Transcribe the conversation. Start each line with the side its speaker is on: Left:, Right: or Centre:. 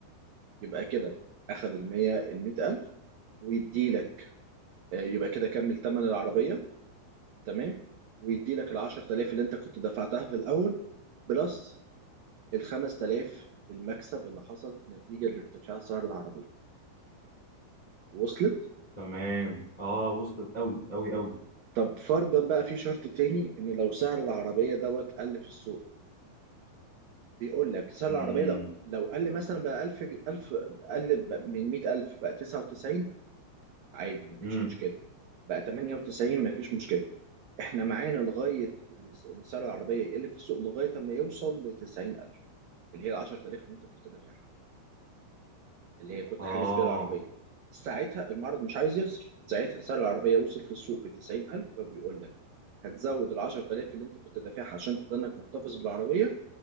Right: يبقى كده أخد ال 100 ال 100000 ويديلك آه، يبقى كده كمل تمن العربية تمام ويديلك ال 10000 اللي أنت كنت دفعتها في الأول بلس ال 5000 المكسب اللي حصل نتيجة لارتفاع سعر العربية وصلت
Left: تمام اه وصلت قوي قوي قوي
Right: طب فرضا بقى في شرط تاني ان لو سعر العربيه دوت قل في السوق بيقول لك سعر
Left: امم
Right: العربيه لو لو قل مثلا بقى 1000 ج- 1000 قل ب- من 100000 بقى 99 عادي مفيش
Left: امم
Right: مشكله بقى 98 مفيش مشكله احنا معانا لغايه ان س- إن سعر العربيه يقل في السوق لغايه اما يوصل ل 90000 اللي هي ال 10000 اللي انت كنت دافعها اللي هي كنت
Left: اه
Right: حاجز بيها العربية ساعتها المعرض مش عايز يخسر ساعتها سعر العربية وصل في السوق بتسعين ألف فبيقول لك هتزود العشر تلاف اللي انت كنت دافعها عشان تضنك محتفظ بالعربية